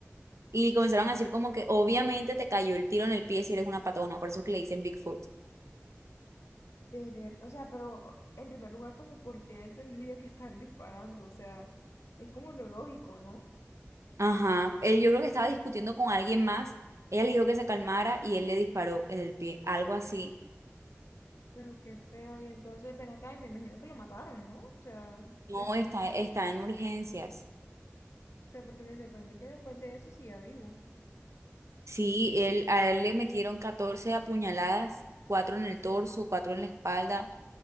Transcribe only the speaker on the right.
Y comenzaron a decir como que obviamente te cayó el tiro en el pie si eres una patona, por eso es que le dicen Bigfoot.
Ajá, él yo creo que estaba discutiendo con alguien más, ella le dijo que se calmara y él le disparó en el pie, algo así.
No,
está, está en urgencias.
Sí, él, a él le metieron 14 apuñaladas, cuatro en el torso, cuatro en la espalda,